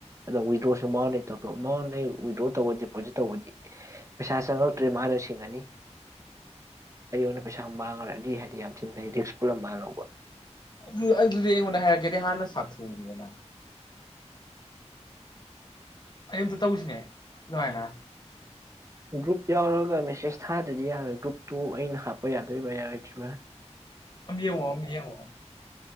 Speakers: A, on the right; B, on the left.
A: ꯑꯗꯣ ꯋꯤꯗ꯭ꯔꯣꯁꯨ ꯃꯥꯉꯣꯟꯗꯩ ꯇꯧꯊꯣꯛꯑꯣ ꯃꯥꯉꯣꯟꯗ ꯋꯤꯗ꯭ꯔꯣ ꯇꯧꯕ ꯗꯤꯄꯣꯖꯤꯠ ꯇꯧꯕꯗꯤ ꯄꯩꯁꯥ ꯆꯪꯉꯛꯇ꯭ꯔꯦ ꯃꯥꯅ ꯁꯤꯡꯑꯅꯤ꯫ ꯑꯩꯉꯣꯟꯗ ꯄꯩꯁꯥ ꯃꯥꯡꯑꯔꯗꯤ ꯍꯥꯏꯗꯤ ꯌꯥꯝ ꯊꯤꯟ ꯐꯩ ꯔꯤꯛꯁ ꯄꯨꯜꯂꯞ ꯃꯥꯅ ꯂꯧꯕ꯫
B: ꯑꯗꯨ ꯑꯗꯨꯗꯤ ꯑꯩꯉꯣꯟꯗ ꯍꯥꯏꯔꯛꯀꯦꯗꯤ ꯍꯥꯟꯅ ꯁꯥꯛꯊꯨꯅꯤꯗ ꯅꯪ꯫ ꯑꯩ ꯑꯝꯇ ꯇꯧꯁꯤꯅꯦ ꯑꯗꯨꯃꯥꯏꯅ꯫
A: ꯒ꯭ꯔꯨꯞ ꯌꯥꯎꯔꯒ ꯃꯦꯁꯦꯁ ꯊꯥꯗ꯭ꯔꯗꯤ ꯌꯥꯔꯣꯏ ꯒ꯭ꯔꯨꯞꯇꯨ ꯑꯩꯅ ꯍꯥꯞꯄ ꯌꯥꯗꯣꯏꯕ꯭ꯔ ꯌꯥꯔꯣꯏꯗ꯭ꯔꯤꯕ꯫
B: ꯑꯝ ꯌꯦꯡꯑꫭ ꯑꯝ ꯌꯦꯡꯑꫭ꯫